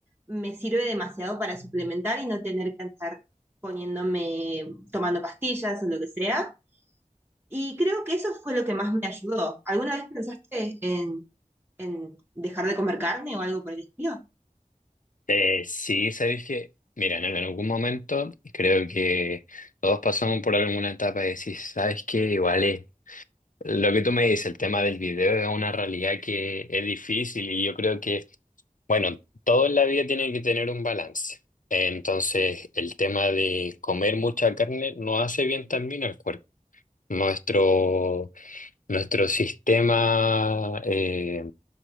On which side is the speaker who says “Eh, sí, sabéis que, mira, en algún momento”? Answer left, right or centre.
Left